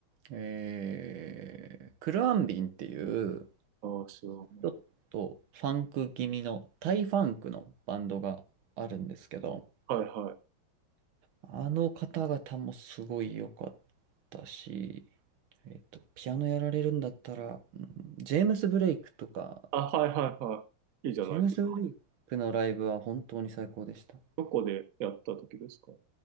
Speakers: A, on the right; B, on the right.
A: えー、クルアンビンっていう、
B: あああ知らない。
A: ちょっとファンク気味の、タイファンクのバンドがあるんですけど、
B: はいはい。
A: あの方々もすごい良かったし、えっと、ピアノやられるんだったら、うんジェームス・ブレイクとか、
B: あ、はいはいはい。いいじゃないですか。
A: ジェームス・ブレイクのライブは本当に最高でした。
B: どこでやった時ですか